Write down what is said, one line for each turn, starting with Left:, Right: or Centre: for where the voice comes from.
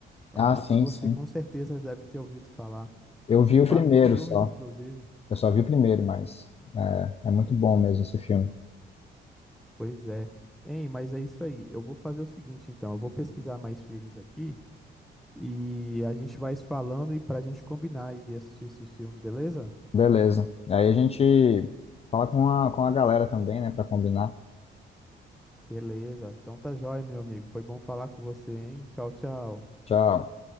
Centre: Acho
Left: Ah, sim,
Centre: que você
Left: sim.
Centre: com certeza deve ter ouvido falar.
Left: Eu vi
Centre: Tem quatro
Left: o primeiro
Centre: filmes,
Left: só.
Centre: inclusive.
Left: Eu só vi o primeiro, mas é, é muito bom mesmo esse filme.
Centre: Pois é. Hein, mas é isso aí. Eu vou fazer o seguinte, então. Eu vou pesquisar mais filmes aqui e a gente vai se falando e pra gente combinar de assistir esse filme, beleza?
Left: Beleza. Aí a gente fala com a, com a galera também, né, para combinar.
Centre: Beleza. Então tá jóia, meu amigo. Foi bom falar com você, hein? Tchau, tchau.
Left: Tchau.